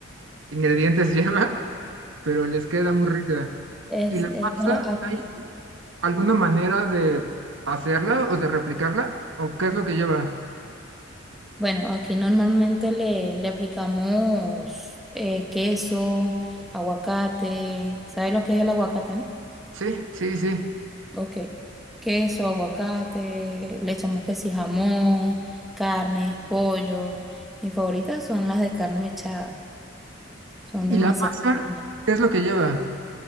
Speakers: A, on the right; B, in the centre.
A: ingredientes <laughs> lleva, pero les queda muy rica.
B: Es,
A: Y la
B: eh,
A: masa,
B: bueno, aquí,
A: ¿hay alguna manera de hacerla o de replicarla? ¿O qué es lo que lleva?
B: bueno, aquí normalmente le, le aplicamos eh, queso, aguacate. ¿Sabes lo que es el aguacate, no?
A: Sí, sí, sí.
B: Ok. Queso, aguacate, le echamos que si jamón, carnes, pollo. Mis favoritas son las de carne mechada. Son
A: ¿Y
B: demasiado
A: la masa
B: divinas.
A: qué es lo que lleva?